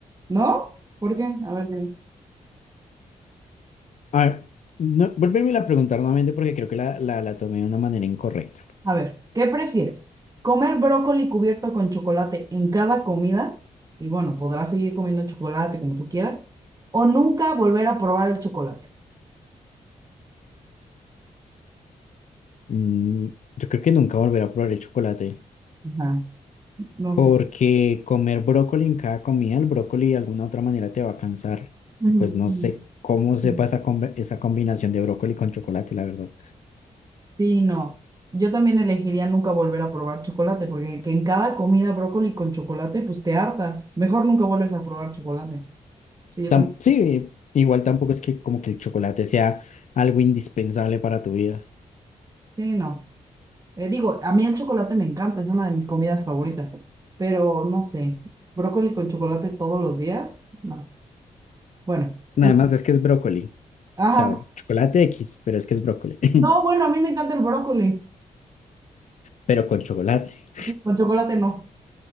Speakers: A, on the right; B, on the left.
A: ¿No? ¿Por qué? A ver, dime.
B: A ver, no, vuélvemela a preguntar nuevamente porque creo que la, la, la tomé de una manera incorrecta.
A: a ver, ¿qué prefieres? ¿Comer brócoli cubierto con chocolate en cada comida? Y bueno, podrás seguir comiendo chocolate como tú quieras. ¿O nunca volver a probar el chocolate?
B: Mm, yo creo que nunca volveré a probar el chocolate.
A: Ajá. No
B: Porque
A: sé.
B: comer brócoli en cada comida, el brócoli de alguna otra manera te va a cansar.
A: Ujú,
B: Y pues no
A: ujú,
B: sé cómo sepa
A: ujú.
B: esa, combi- esa combinación de brócoli con chocolate, la verdad.
A: Sí, no. Yo también elegiría nunca volver a probar chocolate, porque que en cada comida brócoli con chocolate, pues te hartas. Mejor nunca vuelves a probar chocolate. Sí, yo
B: Tam-
A: también.
B: sí, igual tampoco es que como que el chocolate sea algo indispensable para tu vida.
A: Sí, no. Eh, digo, a mí el chocolate me encanta, es una de mis comidas favoritas, pero no sé, brócoli con chocolate todos los días, no. Bueno,
B: Nada
A: tú...
B: más es que es brócoli.
A: Ajá.
B: O sea, chocolate X, pero es que es brócoli. <laughs>
A: No, bueno, a mí me encanta el brócoli.
B: Pero con chocolate.
A: Sí, Con chocolate no.